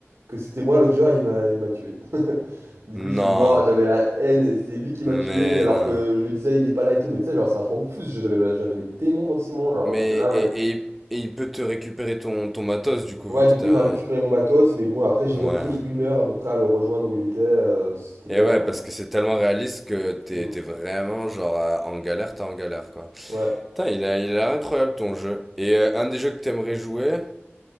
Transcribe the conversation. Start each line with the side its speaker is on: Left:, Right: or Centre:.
Right: que c'était moi l'autre joueur, il m'a il m'a tué. <laughs> Du coup, je suis
Centre: Non.
Right: mort, j'avais la haine, et c'est lui qui m'a tué
Centre: Mais
Right: alors
Centre: non.
Right: que je lui disais il est pas là et tout, mais tu sais, genre ça rend fou, ce jeu, j'avais le, j'avais le démon contre Simon, genre
Centre: Mais,
Right: j'étais là, mais.
Centre: et, et, il- et il peut te récupérer ton, ton matos, du coup,
Right: Ouais,
Centre: vu
Right: du
Centre: qu'il
Right: coup,
Centre: t'a...
Right: il m'a récupéré mon matos, mais bon, après, j'ai
Centre: Ouais.
Right: repris une heure à peu près à le rejoindre où il était, euh, c'était
Centre: Et
Right: galère
Centre: ouais,
Right: quoi.
Centre: parce que c'est tellement réaliste que t'es,
Right: Hmm.
Centre: t'es vraiment, genre, à- en galère, t'es en galère, quoi.
Right: Ouais.
Centre: Putain, il a, il a incroyable, ton jeu. Et euh, un des jeux que t'aimerais jouer,